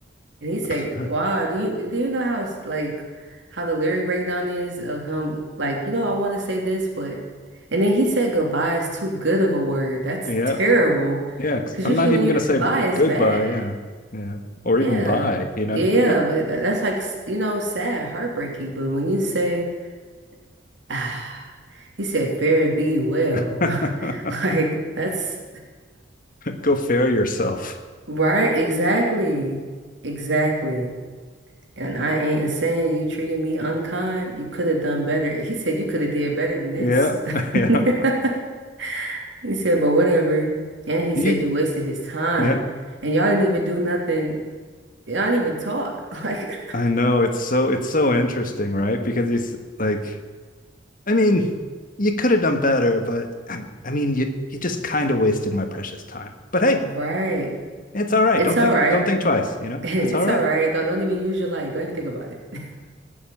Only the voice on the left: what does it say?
<laughs>
Yeah.
Yeah. 'cause
I'm
not
even
gonna
say
goodbye,
yeah. Yeah. Or
even bye, you know?
<laughs>
Go fare yourself.
Yeah. <laughs> Yeah.
You,
yeah.
I know it's so it's so interesting, right? Because he's like, I mean, you could have done better, but I, I mean, you you just kind of wasted my precious time. But
hey, it's all right.
Don't
think
don't think
twice, you know?
It's all right.